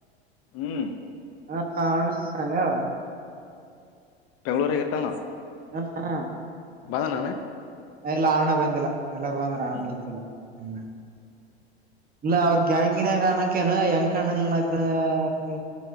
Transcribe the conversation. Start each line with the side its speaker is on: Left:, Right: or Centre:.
Left: ಹ್ಮ್
Right: ಹಾ ಅ್ಣ ಹೇಳ
Left: ಬೆಂಗಳೂರಾಗ್ ಇರ್ತಾನ್.
Right: ಹಾ ಹಾ.
Left: ಬಂದನನ
Right: ಇಲ್ಲ ಆ ಅಣ್ಣಾ ಬಂದಿಲ್ಲ ಎಲ್ಲಾರೂ ಬಂದಾರ ಆ ಅಣ್ಣಾ
Left: ಹ್ಮ್
Right: ಇದ್ದಿಲ್ಲ ಹ್ಮು. ಇಲ್ಲ ಅವ್ರ ಗ್ಯಾಂಗಿನ <unintelligible>